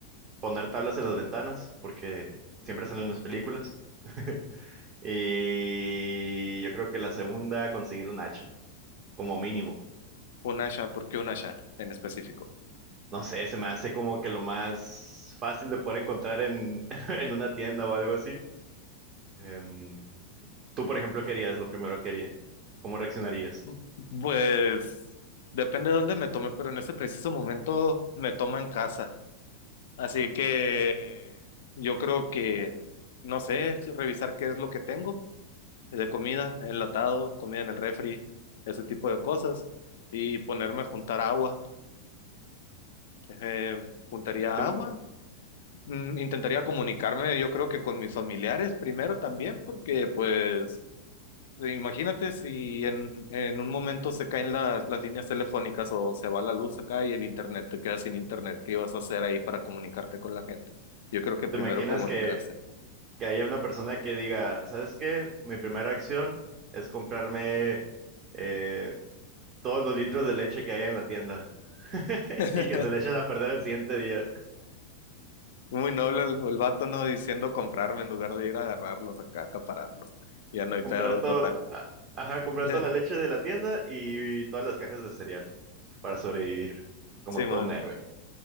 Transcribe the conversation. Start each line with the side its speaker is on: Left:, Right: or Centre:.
Right: poner tablas en las ventanas, porque siempre salen en las películas. <laughs> Y yo creo que la segunda, conseguir un hacha, como mínimo.
Left: Un Asha, ¿por qué un Asha en específico?
Right: No sé, se me hace como que lo más fácil de poder encontrar en, <laughs> en una tienda o algo así. Em, tú, por ejemplo, ¿qué harías? Lo primero que harías. ¿Cómo reaccionarías?
Left: Mm, Pues depende de dónde me tome, pero en este preciso momento me toma en casa. Así que yo creo que, no sé, revisar qué es lo que tengo de comida, enlatado, comida en el refri, ese tipo de cosas, y ponerme a juntar agua. Eh, juntaría
Right: ¿Te,
Left: agua, mm, intentaría comunicarme, yo creo que con mis familiares primero también, porque pues imagínate si en, en un momento se caen las, las líneas telefónicas o se va la luz acá y el internet, te quedas sin internet, ¿qué vas a hacer ahí para comunicarte con la gente? Yo creo que primero
Right: te imaginas
Left: comunicarse.
Right: que, que haya una persona que diga, ¿sabes qué? Mi primera acción es comprarme eh, todos los litros de leche que haya en la tienda <laughs>
Left: <laughs>
Right: y que se le echen a perder el siguiente día.
Left: Muy noble el, el vato, ¿no? Diciendo comprarme en lugar de ir a agarrarlos acá, acapararlos. Ya no hay
Right: Comprar
Left: pedo
Right: todo,
Left: total.
Right: ajá, comprar
Left: <laughs>
Right: toda la leche de la tienda y, todas las cajas de cereal para sobrevivir como
Left: Sí, man.
Right: todo un héroe.